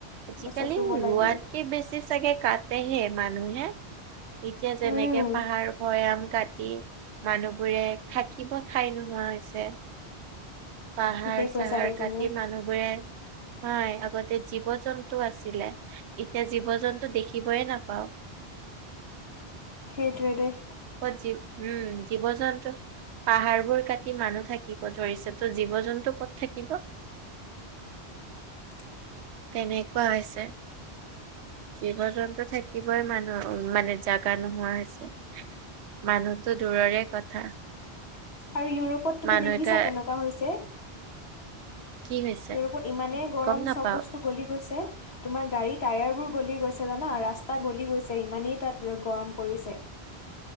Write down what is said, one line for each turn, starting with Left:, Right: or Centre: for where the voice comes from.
Right: আজিকালি
Left: গছ চছ ৰুব লাগে
Right: ৰোৱাতক বেছি চাগে কাটহে মানুহ হে। এতিয়া যেনেকে
Left: উম
Right: পাহাৰ ভৈয়াম কাটি। মানুহ বোৰে থাকিব ঠাই নোহোৱা হৈছে। পাহাৰ-চাহাৰ
Left: ঠিকে কৈছা দেই তুমি
Right: কাটি মানুহবোৰে হয়, আগতে জীৱ-জন্তু আছিলে, এতিয়া জীৱ-জন্তু দেখিবয়ে নাপাও।
Left: সেইটোৱে দেই।
Right: পত জী উম, জীৱ-যন্তু পাহাৰ বোৰ কাটি মানুহ থাকিব ধৰিছে, ত' জীৱ-জন্তু ক'ত থাকিব।
Left: <inaudible>
Right: তেনেকুৱা হৈছে। জীৱ-জন্তু থাকিবই মানুহ মানে জাগা নোহোৱা হৈছে। মানুহতো দূৰৰে কথা।
Left: আৰু ইউৰোপত তুমি
Right: মানুহ
Left: দেখিছা
Right: এটা
Left: কেনেকুৱা হৈছে?
Right: কি হৈছে
Left: ইউৰোপত ইমানেই গৰম
Right: গম নাপাও
Left: চব বস্তু গলি গৈছে। তোমাৰ গাড়ী টায়াৰ বোৰ গলি গৈছে জানা? ৰাস্তা গলি গৈছে ইমানেই তাত গৰম পৰিছে।